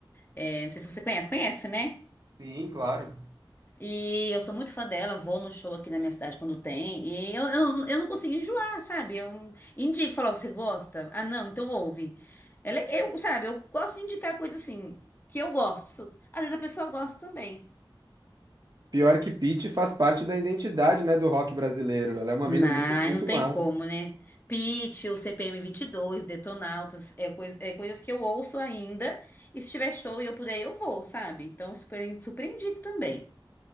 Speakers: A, on the left; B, on the right.
A: É, não sei se você conhece, conhece, né?
B: Sim, claro.
A: E eu sou muito fã dela, vou no show aqui na minha cidade quando tem. E eu, eu, eu não consigo enjoar, sabe? Eu indico, falar, você gosta? Ah, não, então ouve. Ela, eu, sabe, eu gosto de indicar coisa assim, que eu gosto. Às vezes a pessoa gosta também.
B: Pior que Pitty faz parte da identidade, né, do rock brasileiro. Ela é uma mina
A: Não,
B: muito, muito
A: não tem
B: massa.
A: como, né? Pitty, o CPM dois Detonautas, é, coisa, é coisas que eu ouço ainda. E se tiver show e eu puder, eu vou, sabe? Então, eu super, super indico também.